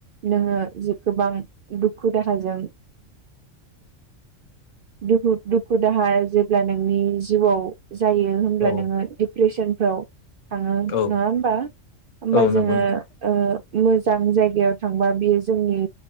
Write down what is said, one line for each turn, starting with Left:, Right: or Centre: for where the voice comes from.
Right: नोङो गोबां दुखु दाहाजों दुुखु दुखु दाहा जेब्ला नोंनि जिउआव जायो। होनब्ला
Left: औ
Right: नोङो डिप्रेसनफ्राव थाङो
Left: औ
Right: नङा होमबा होमबा
Left: औ
Right: जोङो
Left: नंगौ नोंथां
Right: मोजां जायगायाव थांबा बियो जोंनि